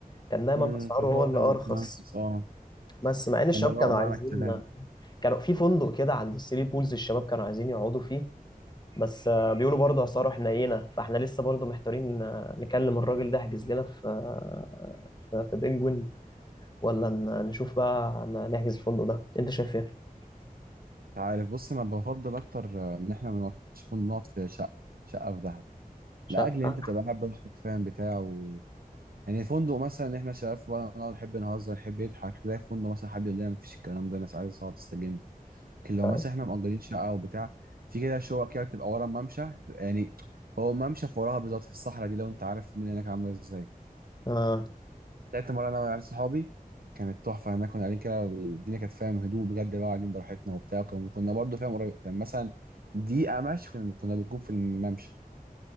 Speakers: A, on the left; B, on the right.
A: كان دايما
B: امم
A: اسعاره
B: كان
A: هو
B: هو
A: اللي
B: كان
A: ارخص
B: كان أرخص، اه
A: بس مع ان الشباب
B: كان مروق
A: كانوا
B: معانا
A: عايزين
B: الكلام
A: كانوا في فندق كده عند الثري بولز الشباب كانوا عايزين يقعدوا فيه بس آه، بيقولوا برضه اسعاره حنينه فاحنا لسه برضه محتارين آه، نكلم الراجل ده يحجز لنا في آه، في في بنجوين ولا ن- نشوف بقى ن- نحجز الفندق ده انت شايف ايه
B: انت عارف بص انا بفضل اكتر آه، ان احنا ما نقعدش في- نقعد في شقة شقة في دهب
A: شقه
B: لاجل انت تبقى قاعد براحتك فاهم بتاع يعني فندق مثلا احنا شباب بقى نقعد نحب نهزر نحب نضحك تلاقي في فندق مثلا حد يقول لنا مفيش الكلام ده الناس عايزه تقعد تستجم لكن لو
A: طيب.
B: مثلا احنا مأجرين شقه او بتاع في كده شقق كده بتبقى ورا الممشى يعني هو الممشى في وراها بالظبط في الصحراء دي لو انت عارف الدنيا هناك عامله ازاي
A: اه
B: طلعت مره انا وعيال صحابي كانت تحفه هناك كنا قاعدين كده الدنيا كانت فاهم هدوء بجد بقى قاعدين براحتنا وبتاع وكنا- كنا برضه فاهم قريب كان مثلا دقيقه مشي كنا كنا بنكون في الممشى